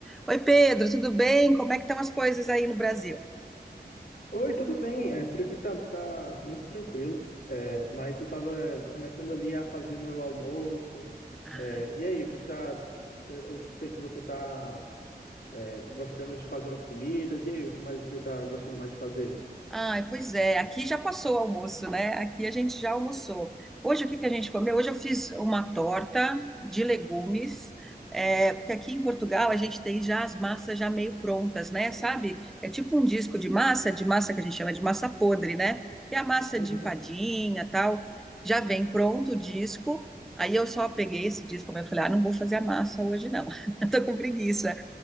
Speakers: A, in the centre; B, on the left.
A: Oi, Pedro, tudo bem? Como é que estão as coisas aí no Brasil?
B: Oi, tudo bem? É, por aqui tá, tá muito tranquilo, é, mas eu tava começando ali a fazer meu almoço.
A: Ai,
B: É, e aí, o que que tá. é, Eu sei que você tá, é, gostando de fazer umas comidas, e aí, o que mais você tá gostando mais de fazer?
A: ai, pois é, aqui já passou o almoço, né? Aqui a gente já almoçou. Hoje o que que a gente comeu? Hoje eu fiz uma torta de legumes, é, porque aqui em Portugal a gente tem já as massas já meio prontas, né? Sabe? É tipo um disco de massa, de massa que a gente chama de massa podre, né? Que é a massa
B: Uhum.
A: de empadinha, tal. Já vem pronto o disco. Aí eu só peguei esse disco, e falei, ah, não vou fazer a massa hoje não. <laughs> Eu tô com preguiça.